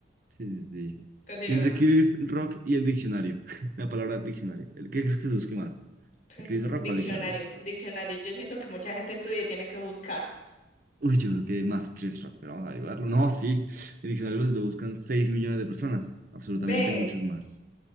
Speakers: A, on the right; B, on the left.
A: Sí, sí, sí.
B: Continúa.
A: Y entre Chris Rock y el diccionario. <laughs> La palabra diccionario. ¿El qué crees que se busque más?
B: Chris-
A: ¿A Chris Rock
B: Diccionario,
A: o al diccionario?
B: diccionario. Yo siento que mucha gente estudia y tiene que buscar.
A: Uy, yo creo que más Chris Rock, pero vamos a averiguarlo. No, sí. El diccionario lo lo buscan 6 millones de personas. Absolutamente
B: ¿Ves?
A: muchos más.